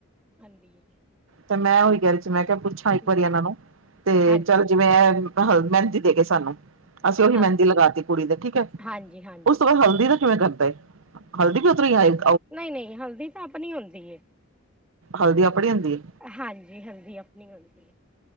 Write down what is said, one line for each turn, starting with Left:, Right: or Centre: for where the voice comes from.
Centre: ਆਂਦੀ ਏ।
Right: ਤੇ ਮੈਂ ਓਈ ਕੈ ਰਈ ਸੀ ਮੈਂ ਕਿਆ ਪੁੱਛਾਂ ਇੱਕ
Centre: ਹੂੰ
Right: ਵਾਰੀ ਏਨਾਂ ਨੂੰ ਤੇ
Centre: ਹਾਂ
Right: ਚੱਲ ਜਿਵੇਂ ਐ ਹਲ ਮੈਂਦੀ ਦੇ ਗੇ ਸਾਨੂੰ, ਅਸੀਂ ਓਹੀ
Centre: ਹਾਂ
Right: ਮੈਂਦੀ ਲਗਾਤੀ ਕੁੜੀ ਦੇ ਠੀਕ ਐ। ਤੇ
Centre: ਹਾਂਜੀ ਹਾਂਜੀ
Right: ਫੇਰ ਹਲਦੀ ਦਾ ਕਿਵੇਂ ਕਰਦੇ, ਹਲਦੀ ਵੀ ਓਦਰੋਂ ਈ ਆਏ।
Centre: ਨਈਂ-ਨਈਂ ਹਲਦੀ ਤੇ ਆਪਨੀ ਹੁੰਦੀ ਏ।
Right: ਹਲਦੀ ਆਪਨੀ ਹੁੰਦੀ ਏ।
Centre: ਹਾਂਜੀ ਹਲਦੀ ਆਪਨੀ ਹੁੰਦੀ ਏ।